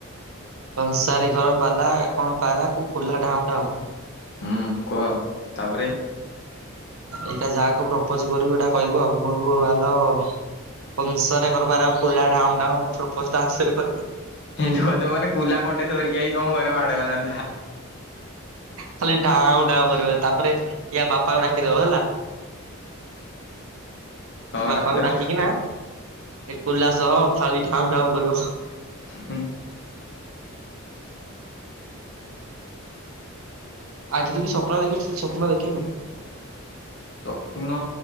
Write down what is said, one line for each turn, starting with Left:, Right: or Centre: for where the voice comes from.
Right: ସଂସାରୀ ଘର ପାଲା କଣ ପାରା କୁ କୂଲା ଢାଉଁ ଢ଼ାଉଁ
Left: ହୁଁ କୁହ ତାପରେ
Right: ଏଇଟା ଯାହାକୁ ପ୍ରପୋଜ କରିବୁ ଏଇଟା କହିବୁ ଆଉବ ଆଲୋ ସଂସାରୀ ଘର ପାରା କୁ କୂଲା ଢାଉଁ ଢାଉଁ ପ୍ରପୋଜ ଟା ଆକ୍ସେପ୍ଟ
Left: ଏମିତି କହିଦେବୁ ମାନେ କୁଲା ଖଣ୍ଡେ ଧରିକି ଆସି ତମ ଘରେ ବାଡେଇବ ଜଣିଥା।
Right: ଖାଲି ଢାଉଁ ଢାଉଁ କରିବ ତାପରେ ୟା ବାପାକୁ ଡାକିଦବ ହେଲା।
Left: ହଁ
Right: ସେ ବାପାକୁ
Left: ଡାକିଦବା
Right: ଡାକିକି ନା ଏ କୁଲା ସହ ଖାଲି ଢାଉ ଢାଉ କରିବ।
Left: ହୁଁ।
Right: ଆଜି ଯୁ କି ସ୍ୱପ୍ନ ଦେଖିଚୁ ସେ ସ୍ୱପ୍ନ ଦେଖେନୁ?
Left: ସ୍ୱପ୍ନ